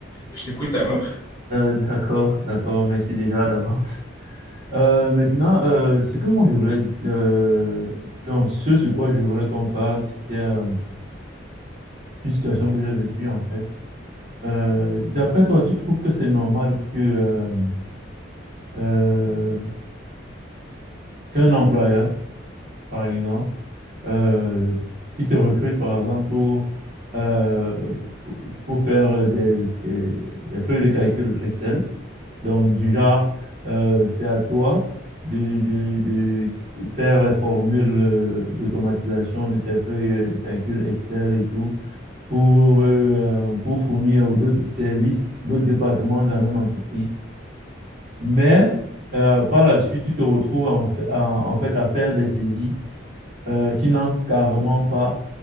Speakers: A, on the left; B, on the right.
A: je t'écoute alors.
B: Euh, d'accord, d'accord, merci déjà d'avance. Euh, maintenant, euh, ce que moi je voulais, euh, donc ce sur quoi je voulais qu'on parle, c'était euh, une situation que j'ai vécue en fait. Euh, d'après toi, tu trouves que c'est normal que euh, euh, qu'un employeur, par exemple, euh, il te recrute, par exemple, pour, euh, pour pour faire des, des- des feuilles de calcul Excel, donc du genre, euh, c'est à toi de, de- de faire les formules euh, d'automatisation de tes feuilles euh, de calcul Excel et tout, pour, euh, pour fournir aux d'autres services, d'autres départements de la même entreprise. Mais euh, par la suite, tu te retrouves en, fa- en- en fait à faire des saisies euh, qui n'entrent carrément pas